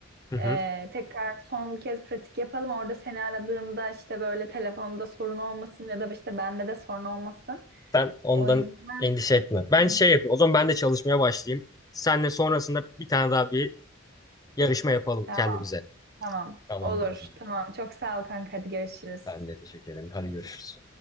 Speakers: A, on the left; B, on the right.
A: Hı hı.
B: Ee, tekrar son bir kez pratik yapalım. Orada seni aradığımda işte böyle telefonda sorun olmasın ya da işte bende de sorun olmasın.
A: Sen ondan
B: O yüzden
A: endişe etme. Ben
B: Hı hı.
A: şey yapayım. O zaman ben de çalışmaya başlayayım. Senle sonrasında bir tane daha bir yarışma yapalım
B: tamam
A: kendimize.
B: tamam.
A: Tamamdır
B: Olur.
A: o zaman.
B: Tamam. Çok sağ ol kanka. Hadi görüşürüz.
A: Ben de teşekkür ederim. Hadi görüşürüz.